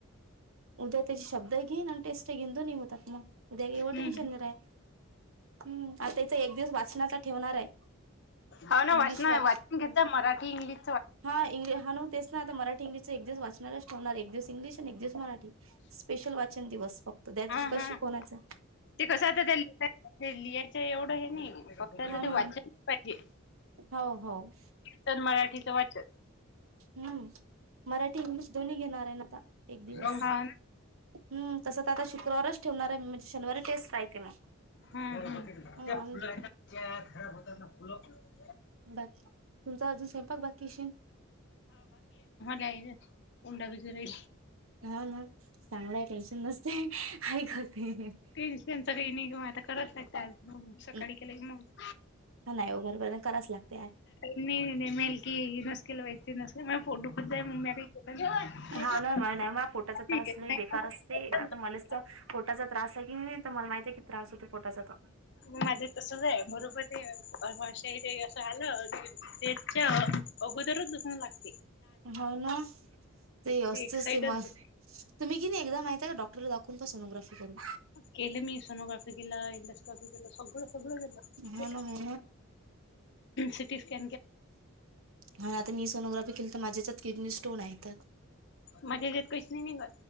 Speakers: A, on the right; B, on the left.
A: उद्या त्याची शब्द घेन टेस्ट घिंद न उ तकमा. उद्या एव
B: हम्म
A: टेन्शन नाही राह हम् आता त्याचा एक दिवस वाचनाचा ठेवणार आहे.
B: हो ना
A: इंग्लिश
B: वाचना
A: वाच
B: वाचन घेता मराठी इंग्लिश.
A: हा इंग् हा ना तेच ना आता मराठी इंगलिशच एक दिव वाचणारलाच ठेवणार एक दिवस इंग्िश आणि एक दिवस मरा. स्पेशल वाचन दिवस फक्त त्या दिवशी
B: हा
A: काय
B: हा
A: शिकवनायचं.
B: ते कसं आता त्या लि लिरच एवढं हे ना फक्त आता
A: हा ना
B: ते वाचन पाहिजे.
A: हो हो.
B: तर मराठीचं वाचन.
A: हम्म मराठी इंग्लिश दोन्ही घेणार आहे आता एक दिवस.
B: हाव
A: हम् तस तर आता शुक्रवारच ठेवणार आहे म्हणजे शनिवारी टेस्ट राहते मग.
B: ह्म्म
A: हा
B: खराब
A: आणि
B: होत फु.
A: बाकी तुमचा अजून स्वयंपाक बाकीश.
B: ज. उंडा विच राहील.
A: हा ना चांगलाय टेन्शन नसते ऐकते.
B: पेन्शनचा काही निगम आता करावं लाग. सकाळी
A: हा
B: केलं मत.
A: नाही हो बरोबर कराच लागते आहे.
B: मी नेमेल की नसकला वते नस म पोट. दुखत जाय मग मी काही केलं नाही
A: हा ना म नाही म पोटाच
B: मग
A: तासले बेकार असते आता मलाच. पोटाचा त्रास आहे की नाही मला माहित आहे की त्रास होतो पोटाचा तर.
B: म माझं तसच आहे मरोपती शैरी असं आलं. त्याच्या अगोदरच दुखणे लागत.
A: ह ना ते असते
B: एक साइडच
A: ते म. तुम्ही क नाही एकदा माहिती का डॉक्टर ला दाखवून पहा सोग्राफी करून.
B: केले मी सोनोग्राफी केला इंडोस्क्राफी केला सगळं सगळं केलं.
A: हो ना हो
B: सिटी स्क.
A: म्ह आता मी सोनोग्राफी केली तर माझ्याच्यात किडनी स्टोन आहे त्या.
B: मग्या जेत कशी नाही निघ.